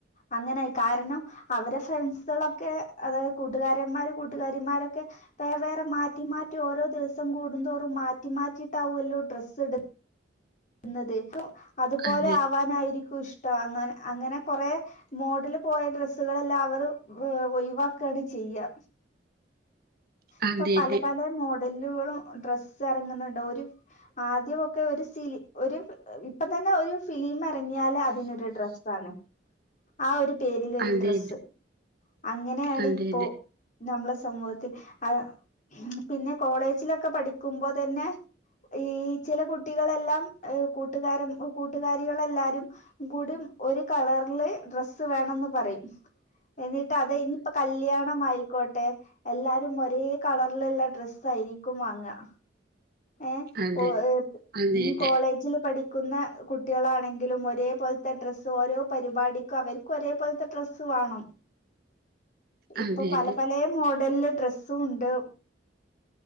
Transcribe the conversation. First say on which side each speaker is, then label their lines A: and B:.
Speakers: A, on the left (about 45°); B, on the right (about 55°).
A: അങ്ങനെ കാരണം അവരെ ഫ്രണ്ട്സുകളൊക്കെ അതായത് കൂട്ടുകാരന്മാരും കൂട്ടുകാരിമാരൊക്കെ വേറെ വേറെ മാറ്റി മാറ്റി ഓരോ ദിവസം കൂടുന്തോറും മാറ്റി മാറ്റിട്ടാവോല്ലോ ഡ്ര സ് ഇട് <unintelligible> നിങ്ങൾ ജയിച്ചോ അതുപോലെ
B: അതെ
A: ആവാനായിരിക്കും ഇഷ്ട അങ്ങനെ അങ്ങനെ കൊറെ മോഡൽ പോയ ഡ്രെസ്സുകളെല്ലാം അവർ ഒഴിവാക്കാണ് ചെയ്യ
B: അതെ
A: ഇപ്പ പലെ
B: അതെ
A: പലെ മോ പ്രില്ലൊള്ള ഡ്രസ്സ് എറങ്ങുന്നുണ്ട് ഒരു ആദ്യ ഒക്കെ ഒര് സിലി ഒര് ഇപ്പത്തന്നെ ഒര് ഫിലിമ് ഇറങ്ങിയാലേ അതിനൊര് ഡ്രസ്സാണ് ആ ഒരു പേരിലൊരു
B: അതെ
A: ഡ്രെസ്സ് അങ്ങനെയാണ്
B: അതെ
A: ഇപ്പോ
B: അതെ
A: നമ്മടെ സമൂഹത്തിൽ ആഹ് പിന്നെ കോളേജിലൊക്കെ പഠിക്കുമ്പോ തന്നെ ഈ ചില കുട്ടികളെല്ലാം കൂട്ടുകാരൻ കൂട്ടുകാരികളെല്ലാരും കൂടി ഒരു കളറില് ഡ്രസ്സ് വേണംന്ന് പറയും എന്നി ട്ട് അതെ ഇനിയിപ്പ കല്യാണം ആയി ക്കോട്ടെ എല്ലാരും ഒ രേ കളറിലുള്ള ഡ്രസ്സായിരിക്കും വാങ്ങുക ഏ
B: അതെ
A: <unintelligible>
B: അതെ
A: ഇനി
B: അതെ
A: കോളേജില് പഠി ക്കുന്ന കുട്ടികളാണെങ്കിലും ഒരേ പോലത്തെ ഡ്രസ്സ്‌ ഓരോ പരിപാടിക്കും അവർക്ക് ഒരേ പോലത്തെ ഡ്രസ്സ്‌ വേണം
B: അതെ
A: ഇപ്പ പലെ
B: അതെ
A: പലെ മോ ഡല് ഡ്രസ്സ് സൂണ്ട്